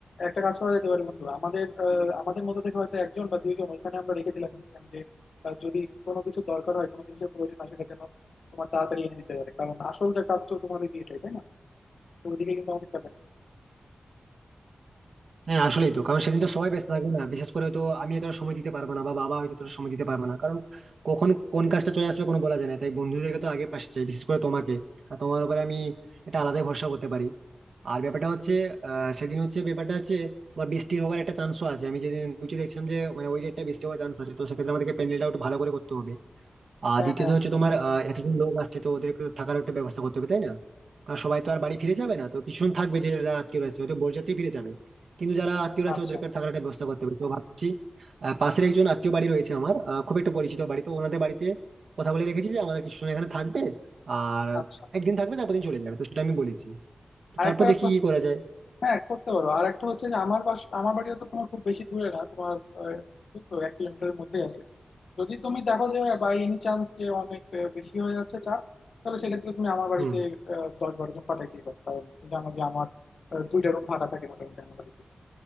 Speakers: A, on the left; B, on the right.
A: একটা কাজ করা যেতে পারে বন্ধু আমাদের আহ, আমাদের মধ্যে থেকে হয়তো একজন বা দুইজন ওইখানে আমরা রেখে দিলাম ইনস্ট্যান্ট যে আহ, যদি কোনো কিছু দরকার হয় কোনো জিনিসের প্রয়োজন হয় সেটা যেন তোমার তাড়াতাড়ি এনে দিতে পারে কারণ আসল যে কাজটা তোমার ওই বিয়েটাই তাই না তো ওইদিকে কিন্তু আমাদের খেয়াল রাখতে হবে।
B: হ্যাঁ আসলেই তো কারণ সেদিন তো সবাই ব্যস্ত থাকবে না বিশেষ করে তো আমি এতটা সময় দিতে পারবো না বা বাবা হয়তো তোর সময় দিতে পারবে না কারণ কখন কোন কাজটা চলে আসবে কোনো বলা যায় না তাই বন্ধুদেরকে তো আগে পাশে চাই বিশেষ করে তোমাকে কারণ তোমার উপরে আমি এটা আলাদাই ভরসা করতে পারি আর ব্যাপারটা হচ্ছে আহ সেদিন হচ্ছে ব্যাপারটা হচ্ছে তোমার বৃষ্টি হওয়ার একটা চান্সও আছে আমি যেদিন নিচে দেখছিলাম যে মানে ওই ডেটটা বৃষ্টি হওয়ার চান্স আছে তো সেক্ষেত্রে আমাদেরকে প্যান্ডেলটা একটু ভালো করে করতে হবে আর
A: হ্যাঁ
B: দ্বিতীয়ত
A: হ্যাঁ
B: হচ্ছে
A: হ্যাঁ
B: তোমার আহ, এতজন লোক আসছে তো ওদের একটু থাকার একটা ব্যবস্থা করতে হবে তাই না কারণ সবাই তো আর বাড়ি ফিরে যাবে না তো কিছুজন থাকবে যে যারা আত্মীয় আছে হয়তো বরযাত্রী ফিরে যাবে কিন্তু যারা আত্মীয় আছে
A: আচ্ছা
B: ওদেরকে থাকার একটা ব্যবস্থা করতে হবে তো ভাবছি আহ, পাশের একজন আত্মীয় বাড়ি রয়েছে আমার আহ, খুব একটা পরিচিত বাড়ি তো ওনাদের বাড়িতে কথা বলে রেখেছি যে আমাদের কিছুজন এখানে থাকবে আর
A: আচ্ছা
B: একদিন থাকবে তারপর দিন চলে যাবে তো সেটা আমি বলেছি তো
A: আরেকটা
B: তারপর দেখি
A: প্র-
B: কি করা যায়
A: হ্যাঁ করতে পারো আর একটা হচ্ছে যে আমার বাস আমার বাড়িও তো তোমার খুব বেশি দূরে না তোমার আহ, ওই তো এক কিলোমিটারের মধ্যেই আছে যদি তুমি দেখো যে বাই এনি চান্স যে অনেক আহ, বেশি হয়ে যাচ্ছে চাপ তাহলে সেক্ষেত্রে তুমি আমার বাড়িতে
B: হুম
A: আহ, দশ বারো জন পাঠাই দিবা কারণ তুমি জানো যে আমার আহ, দুইটা রুম ফাঁকা থাকে মোটামুটি আমার বাড়িতে